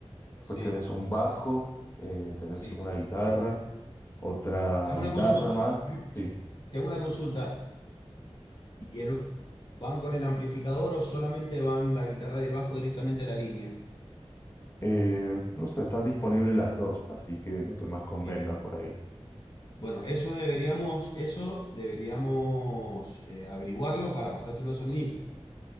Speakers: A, on the left (about 25°); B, on the left (about 50°).
A: Después
B: sí,
A: tenés un bajo, eh, tenés
B: sí.
A: una guitarra, otra
B: Tengo
A: guitarra
B: una consulta.
A: más,
B: ¿eh?
A: sí.
B: Tengo una consulta. ¿Y el, van con el amplificador o solamente van la guitarra y el bajo directamente a la línea?
A: Eh, no sé, están disponibles las dos, así que lo que más convenga
B: Bien.
A: por ahí.
B: Bueno, eso deberíamos, eso deberíamos eh, averiguarlo para pasárselo al sonidista.